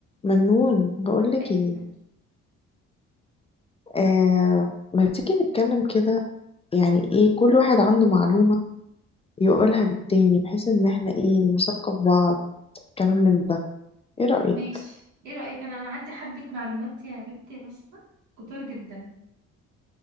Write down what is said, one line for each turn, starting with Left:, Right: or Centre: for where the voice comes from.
Left: منون بقولك
Right: ايه
Left: ايه آه ما تيجي نتكلم كده يعني ايه كل واحد عنده معلومة يقولها للتاني بحيث ان احنا ايه نثقف بعض كلام من ده ايه رأيك
Right: ماشي ايه رأيك انا انا عندي حبة معلومات يا بنتي مثلا كتير جدا